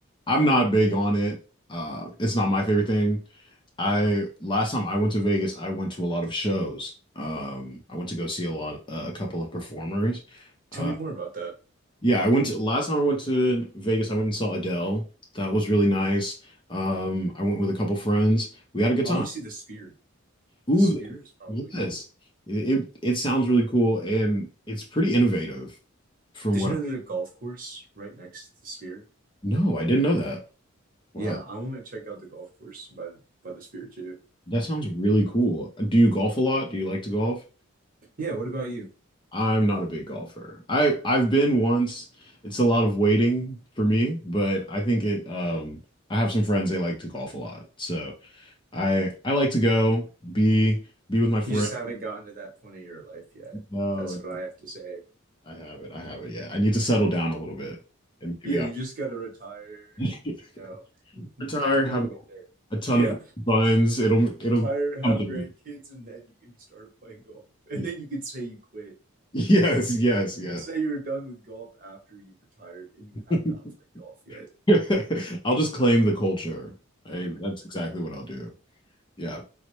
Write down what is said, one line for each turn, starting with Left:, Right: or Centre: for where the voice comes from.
Left: I'm not big on it. Uh, it's not my favorite thing. I last time I went to Vegas, I went to a lot of shows. Um, I went to go see a lot, uh, a couple of performers. Uh,
Right: Tell me more about that.
Left: yeah, I went to last time I went to Vegas, I went and saw Adele. That was really nice. Um, I went with a couple friends. We had a good
Right: I
Left: time.
Right: want to see the sphere. The
Left: Ooh,
Right: sphere
Left: the-
Right: is probably
Left: yes,
Right: cool.
Left: it, it it sounds really cool and it's pretty innovative from
Right: Did
Left: what
Right: you
Left: I,
Right: know there's a golf course right next to the sphere?
Left: no, I didn't know that. Wow,
Right: Yeah, I want to check out the golf course by by the sphere too.
Left: That sounds really cool. Do you golf a lot? Do you like to golf?
Right: Yeah, what about you?
Left: I'm not a big golfer. I I've been once. It's a lot of waiting for me, but I think it um I have some friends they like to golf a lot. So I I like to go be be with my friends.
Right: You just haven't gotten to that point of your life yet.
Left: No,
Right: That's what I have to say.
Left: I have it. I have it. Yeah. I need to settle down a little bit and maybe
Right: Yeah, you
Left: I'll
Right: just got to retire
Left: <laughs>
Right: and, you know, <laughs> then
Left: retire, have
Right: you'll get there.
Left: a ton
Right: Yeah,
Left: of <laughs> buns. It'll it'll
Right: retire, have
Left: come to
Right: grandkids,
Left: me.
Right: and then you can start playing golf. And
Left: <laughs>
Right: then you can say you quit.
Left: Yes, yes, yes.
Right: You can say you're done with golf after you retired and you
Left: <laughs>
Right: have not played golf yet.
Left: <laughs> I'll just claim the culture. I, that's exactly what I'll do. Yeah.